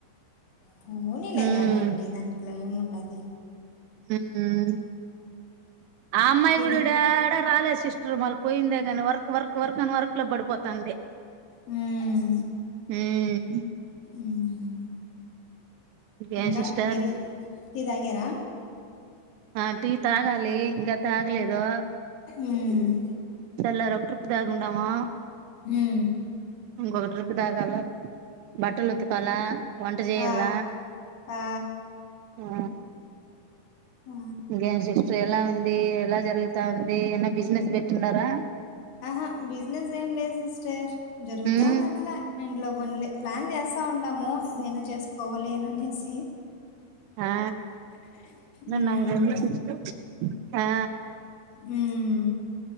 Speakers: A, on the left (about 60°); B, on the right (about 80°).
A: ఫోనీలే
B: ఉమ్
A: గానియండి దాట్లో ఏం ఉండది
B: ఊమ్ ఆ అమ్మాయి
A: కిద
B: గుడిడా ఏడ రాలేదు సిస్ రూమల్ పోయిందే కానీ వర్ వర్క్ వర్క్ అని వర్క్ లో పడిపో తందే
A: మ్మ్
B: ఉమ్
A: మ్మ్
B: ఏం
A: ఇంకా
B: సిస్టర్
A: మీరే టీ తాగేరా
B: ఆ టీ తాగాలి ఇంకా తాగలేదు
A: ఉమ్మ్
B: తెల్లారి ఒక రట్రిప్ తాగెండమా
A: ఉమ్
B: ఇంకొక ట్రిప్పు తాగాల బట్టలు ఉతుకాల వంట చేయాల
A: ఆ ఆ
B: ఆ
A: ఆ
B: ఇన్గేమ్ సిస్టర్ ఎలా ఉంది ఎలా జరుగుతా ఉంది ఎన్న బిజినెస్ పెట్టిన్నారా
A: ఆహా బిజినెస్ ఏం లేదు సిస్టర్ జరుగుతాంది
B: ఉమ్
A: అట్లా ఇంట్లో పనులే ప్లాన్ చేస్తా ఉంటాము ఏదైనా చేసుకోవాలి అని అనేసి
B: ఆ
A: హ్మ్
B: నాకు తెలియదు సిస్టర్ ఆ
A: హ్మ్